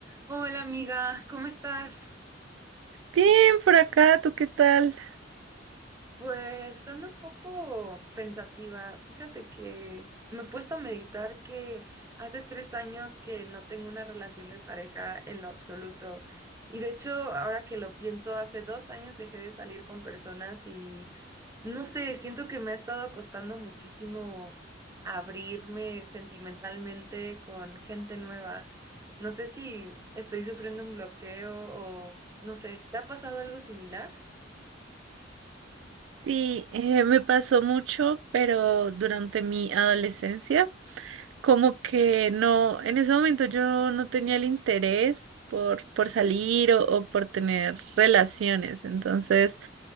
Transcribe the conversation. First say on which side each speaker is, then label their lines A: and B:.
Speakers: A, on the right (about 15°); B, on the right (about 70°).
A: Hola amiga, ¿cómo estás?
B: Bien, por acá, ¿tú qué tal?
A: Pues ando un poco pensativa. Fíjate que me he puesto a meditar que hace tres años que no tengo una relación de pareja en lo absoluto. Y de hecho, ahora que lo pienso, hace dos años dejé de salir con personas y no sé, siento que me ha estado costando muchísimo abrirme sentimentalmente con gente nueva. No sé si estoy sufriendo un bloqueo o no sé, ¿te ha pasado algo similar?
B: Sí, eh, me pasó mucho, pero durante mi adolescencia, como que no, en ese momento yo no tenía el interés por, por salir o, o por tener relaciones. Entonces,